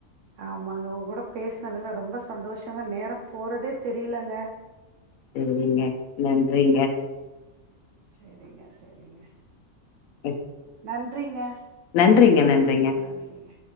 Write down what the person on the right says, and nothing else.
ஆமாங்க உங்க கூட பேசனதுல்லா ரொம்ப சந்தோஷ நம்ம நேரம் போறதே தெரியலங்க
செரிங்க செரிங்க
நன்றிங்க
நன்றிங்க.